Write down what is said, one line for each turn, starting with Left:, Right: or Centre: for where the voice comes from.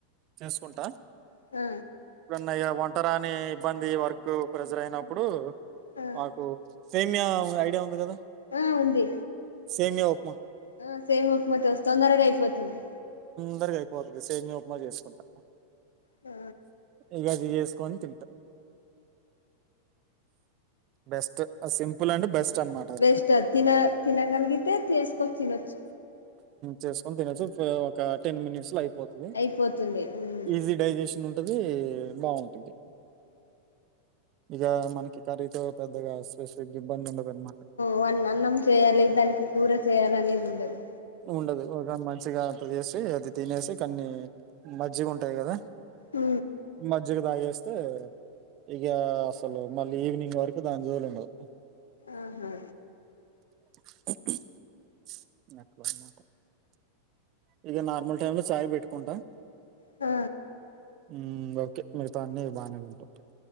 Right: చేసుకుంటా,
Left: ఆ
Right: ఎమైనా వంటరాని ఇబ్బంది వర్కు ప్రెజర్ అయినప్పుడు,
Left: ఆ
Right: మాకు సేమియా ఐడియా ఉంది, కదా
Left: ఆ ఉంది
Right: సేమియా ఉప్మా
Left: ఆ సేమియా ఉక్మ తొందరగా అయిపోతుంది.
Right: తొందరగా అయిపోవాళ్లని సేమియా ఉప్మా చేసుకుంటా,
Left: ఆ
Right: ఇగా ఏదో ఒకటి చేేసుకొన్ని తింటా, బెస్ట్ సింపుల్ అండి బెస్ట్ అనమాట అది
Left: బెస్ట్ అ తిన తినగలిగితే చేసుకోని తినొచ్చు,
Right: చేసుకొని తినవొచ్చు ఒక టెన్ మినిట్స్ లో అయిపోతుంది,
Left: అయిపోతుంది మ్మ్
Right: ఈజీ డైజెషన్ ఉ అది బాగుంటుంది, ఇగా మనకి కర్రీతో పెద్దగా స్పెషల్ గిబ్బంది, ఉండదు అనమాట
Left: వాళ అన్నం చేయాలి దానికి కూర చేయాలనేది ఉండదు
Right: ఉండదు ఒకని మంచిగా అంత చేసి అది తినేసి కాన్ని మజ్జిగా ఉంటాది, కదా
Left: అ
Right: మజ్జిగ తాగేస్తే ఇక అసలు మళ్ళీ ఈవినింగ్ వరకు దాని జోలి ఉండదు,
Left: ఆహా
Right: <unintelligible> ఇగా నార్మల్ టైమ్ లో చాయ్ పెట్టుకుంటా,
Left: ఆ
Right: ఊ ఓకే మిగతా అన్నీ బాగానే వింటుంటాయి.